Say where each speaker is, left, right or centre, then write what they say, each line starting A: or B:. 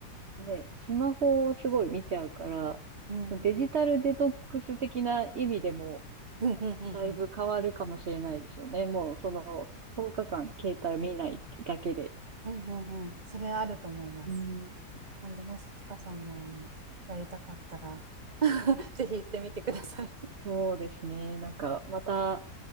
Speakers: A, on the right (about 45°); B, on the right (about 30°).
A: う、ね、スマホをすごい見ちゃうから、
B: うん、
A: デジタルデトックス的な意味でも、
B: うん、うん、うん、
A: だいぶ変わるかもしれないですよね。
B: うん、
A: もうその、10日間携帯を見ないってだけで。
B: うん、うんうんそれあると思います。
A: うん、
B: なんで、もしちかさんもあの、やりたかったら <laughs> ぜひ行ってみてください。
A: そうですね。なんか、また、